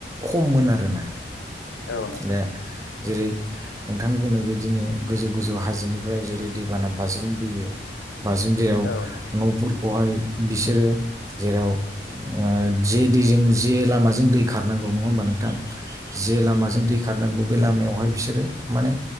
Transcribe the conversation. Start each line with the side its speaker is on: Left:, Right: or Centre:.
Right: खममोन आरोना।
Left: औ नोंथां
Right: दा जेरै नोंथां बुंनाय बायदिनो गोजौ गोजौ हाजोनिफ्राय जेरै दैबाना बाज्रुमबोयो। बांसिन जेराव
Left: औ
Right: नफोरखौहाय बिसोरो। जेराव ओ-जे दैजों जे लामाजों दै खारनांगौ नङा होमबा नोंथां। जे लामाजों दै खारनांगौ बे लामायावहाय बिसोरो माने